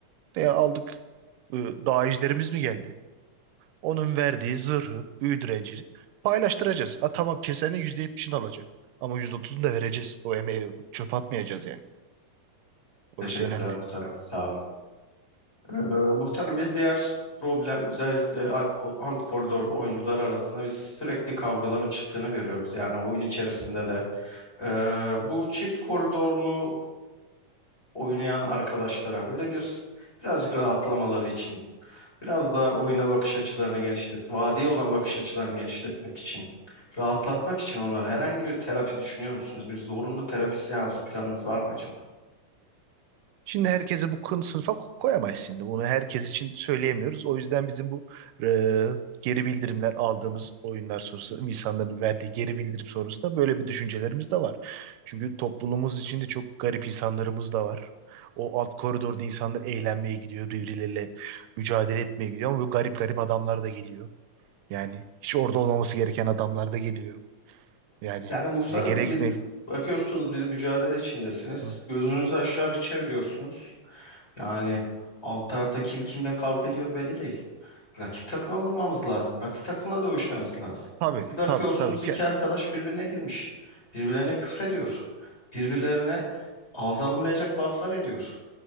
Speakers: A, on the right (about 85°); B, on the left (about 20°).
A: e, aldık e, dağ ejderimiz mi geldi? Onun verdiği zırhı, büyü direnci paylaştıracağız. Ha tamam kesenin yüzde yetmişini alacak. Ama yüzde otuzunu da vereceğiz. O emeği çöp atmayacağız yani. Orası
B: Teşekkürler
A: önemli.
B: muhtarım. Sağ olun. Ee, muhtarım bir diğer problem özellikle alt, ko- alt koridor oyuncular arasında biz sürekli kavgaların çıktığını görüyoruz. Yani oyun içerisinde de. Ee, bu çift koridorlu oynayan arkadaşlara böyle bir birazcık rahatlamaları için Biraz daha oyuna bakış açılarını genişlet, vadiye olan bakış açılarını genişletmek için, rahatlatmak için onlara herhangi bir terapi düşünüyor musunuz? Bir zorunlu terapi seansı planınız var mı acaba?
A: Şimdi herkese bu kın sınıfa ko- koyamayız şimdi. Bunu herkes için söyleyemiyoruz. O yüzden bizim bu e, geri bildirimler aldığımız oyunlar sonrası insanların verdiği geri bildirim sonrasında böyle bir düşüncelerimiz de var. Çünkü topluluğumuz içinde çok garip insanlarımız da var. O alt koridorda insanlar eğlenmeye gidiyor, birbirleriyle mücadele etmeye gidiyor ama böyle garip garip adamlar da geliyor. Yani hiç orada olmaması gereken adamlar da geliyor. Yani
B: Yani muhtarım
A: ne gerek
B: biz
A: ne?
B: bakıyorsunuz bir mücadele içindesiniz.
A: Hı.
B: Gözünüzü aşağı bir çeviriyorsunuz. Yani alt tarafta kim kimle kavga ediyor belli değil. Rakip takıma vurmamız lazım. Rakip takımla dövüşmemiz lazım.
A: Tabii
B: Bir bakıyorsunuz
A: tabii tabii. Ke-
B: iki arkadaş birbirine girmiş. Birbirlerine küfrediyor. Birbirlerine ağza alınmayacak laflar ediyor.